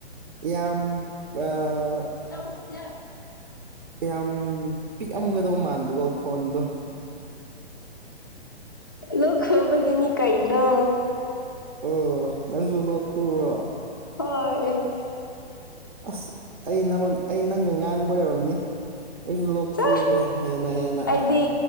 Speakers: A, on the right; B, on the left.
A: ꯌꯥꯝ ꯑꯥ
B: <unintelligible>
A: ꯌꯥꯝ ꯄꯤꯛꯑꯝꯒꯗꯧꯕ ꯃꯥꯟꯕꯀꯣ ꯈꯣꯟꯗꯣ
B: ꯂꯣꯛ ꯈꯨꯕꯒꯤꯅꯤ ꯀꯩꯅꯣ
A: ꯑꯣ ꯅꯪꯁꯨ ꯂꯣꯛ ꯈꯨꯕ꯭ꯔꯣ
B: ꯍꯣꯏ
A: ꯑꯁ ꯑꯩ ꯅꯪꯉꯣꯟ ꯑꯩ ꯅꯪꯒ ꯉꯥꯡꯕ ꯑꯣꯏꯔꯝꯅꯤ ꯑꯩꯁꯨ ꯂꯣꯛ
B: ꯆꯥ
A: ꯈꯨꯈ꯭ꯔꯦ ꯍꯦꯟꯅ ꯍꯦꯟꯅ
B: ꯑꯩꯗꯤ